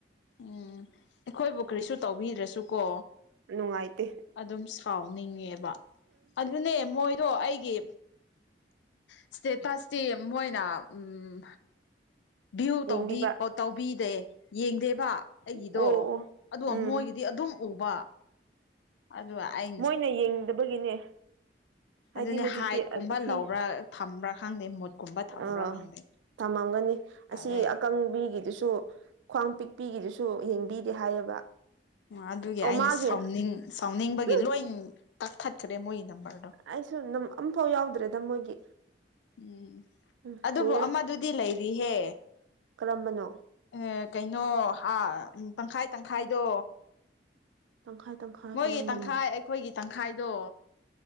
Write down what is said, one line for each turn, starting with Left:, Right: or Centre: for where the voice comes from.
Left: ꯎꯝ ꯑꯩꯈꯣꯏꯕꯨ ꯀꯔꯤꯁꯨ ꯇꯧꯕꯤꯗ꯭ꯔꯁꯨ ꯀꯣ
Right: ꯅꯨꯡꯉꯥꯏꯇꯦ
Left: ꯑꯗꯨꯝ ꯁꯥꯎꯅꯤꯡꯉꯦꯕ ꯑꯗꯨꯅꯦ ꯃꯣꯏꯗꯣ ꯑꯩꯒꯤ ꯏꯁꯇꯦꯇꯁꯇꯤ ꯃꯣꯏꯅ ꯎꯝ ꯚ꯭ꯌꯨ
Right: ꯌꯦꯡꯕꯤꯕ
Left: ꯇꯧꯗꯤ ꯄꯣ ꯇꯧꯕꯤꯗꯦ ꯌꯦꯡꯗꯦꯕ ꯑꯩꯒꯤꯗꯣ
Right: ꯑꯣ ꯑꯣ
Left: ꯑꯗꫭ
Right: ꯎꯝ
Left: ꯃꯣꯏꯒꯤꯗꯤ ꯑꯗꯨꯝ ꯎꯕ ꯑꯗꯨ ꯑꯩ
Right: ꯃꯣꯏꯅ ꯌꯦꯡꯗꯕꯒꯤꯅꯦ ꯍꯥꯏꯗꯤ
Left: ꯑꯗꯨꯅꯦ
Right: ꯍꯧꯖꯤꯛꯇꯤ
Left: ꯍꯥꯏꯠꯀꯨꯝꯕ
Right: ꯑꯁꯤ
Left: ꯂꯧꯕ꯭ꯔ ꯊꯝꯕ꯭ꯔ ꯈꯪꯗꯦ ꯃꯨꯠꯀꯨꯝꯕ ꯊꯝꯕ꯭ꯔ
Right: ꯑꯥ
Left: ꯈꯪꯗꯦ
Right: ꯊꯝꯃꯝꯒꯅꯤ
Left: ꯑꯗꯨ
Right: ꯑꯁꯤ ꯑꯀꯪꯕꯤꯒꯤꯗꯨꯁꯨ ꯈ꯭ꯋꯥꯡ ꯄꯤꯛ ꯄꯤꯒꯤꯗꯨꯁꯨ ꯌꯦꯡꯕꯤꯗꯦ ꯍꯥꯏꯌꯦꯕ
Left: ꯑꯗꯨꯒꯤ
Right: ꯑꯣ
Left: ꯑꯩꯅ
Right: ꯃꯥꯒꯤ
Left: ꯁꯥꯎꯅꯤꯡ ꯁꯥꯎꯅꯤꯡꯕꯒꯤ
Right: ꯎꯝ
Left: ꯂꯣꯏꯟ ꯀꯛꯊꯠꯈ꯭ꯔꯦ ꯃꯣꯏꯒꯤ ꯅꯝꯕꯔꯗꯣ
Right: ꯑꯩꯁꯨ ꯅꯝ ꯑꯝꯐꯥꯎ ꯌꯥꯎꯗ꯭ꯔꯦꯗ ꯃꯣꯏꯒꯤ
Left: ꯎꯝ
Right: ꯎꯝ
Left: ꯑꯗꯨꯕꯨ
Right: ꯀꯨꯏꯔꯦ
Left: ꯑꯃꯗꯨꯗꯤ ꯂꯩꯔꯤꯍꯦ
Right: ꯀꯔꯝꯕꯅꯣ
Left: ꯑꯦ ꯀꯩꯅꯣ ꯍꯥ ꯇꯪꯈꯥꯏ ꯇꯪꯈꯥꯏꯗꯣ
Right: ꯇꯪꯈꯥꯏ ꯇꯪꯈꯥꯏ
Left: ꯃꯣꯏꯒꯤ
Right: ꯀꯔꯝꯕꯅꯣ
Left: ꯇꯪꯈꯥꯏ ꯑꯩꯈꯣꯏꯒꯤ ꯇꯪꯈꯥꯏꯗꯣ